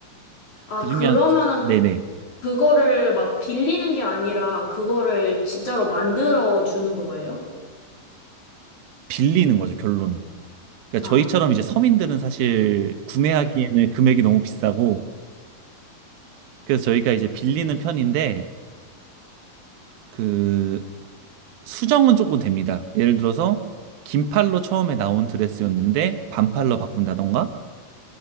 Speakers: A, on the left; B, on the right.
A: 아,
B: 그중에
A: 그러면은
B: 한- 네네
A: 그거를 막 빌리는 게 아니라 그거를 진짜로 만들어 주는 거예요?
B: 빌리는 거죠 결론은. 그러니까
A: 아,
B: 저희처럼
A: 네.
B: 이제 서민들은 사실 구매하기에는 금액이 너무 비싸고 그래서 저희가 이제 빌리는 편인데 그 수정은 조금 됩니다. 예를 들어서 긴 팔로 처음에 나온 드레스였는데 반팔로 바꾼다던가